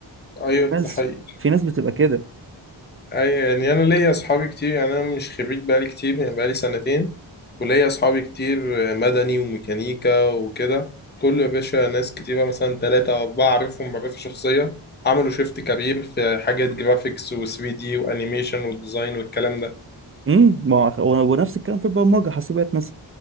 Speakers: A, on the left; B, on the right.
A: أيوه
B: ناس
A: ده حقيقي
B: في ناس بتبقى كده
A: اي يعني انا ليا اصحابي كتير يعني انا مش خريج بقالي كتير يعني بقالي سنتين وليا اصحابي كتير مدني وميكانيكا وكده كل يا باشا ناس كتيرة مثلا تلاتة او اربعة اعرفهم معرفة شخصية عملوا شيفت كارير في حاجات جرافيكس و3 دي وانيميشن والديزاين والكلام ده
B: امم ما هو هو- ونفس الكلام في البرمجه حاسبات مثلا